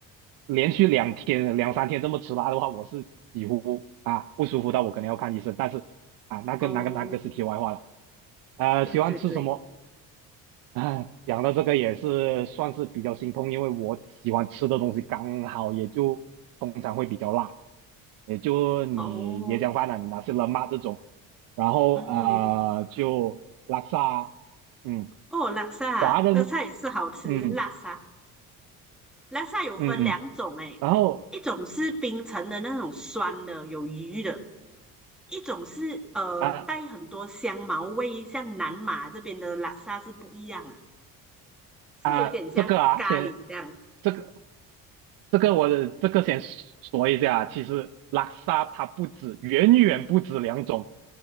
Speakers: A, on the right (about 75°); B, in the centre.
A: 连续两天、两三天这么吃辣的话，我是几乎啊不舒服到我可能要看医生，但是啊，那个那个那个是题外话了。
B: 哦，
A: 呃，
B: 对对对，
A: 喜欢吃什么？哎，讲到这个也是算是比较心痛，因为我喜欢吃的东西刚好也就通常会比较辣。也就你椰浆饭啊，
B: 哦，
A: 你拿些冷嘛这种，然后啊、
B: 嗯，也
A: 呃就拉萨，嗯，
B: 哦，拉萨拉萨也是好吃，
A: 华人，嗯
B: 拉萨拉萨有分两种诶，
A: 嗯嗯，然后
B: 一种是冰城的那种酸的有鱼的，一种是呃带很多香茅味，
A: 啊
B: 像南马这边的拉萨是不一样的，是有点像咖喱这样
A: 啊、这个啊先这个这个我这个先说一下，其实拉萨它不止，远远不止两种，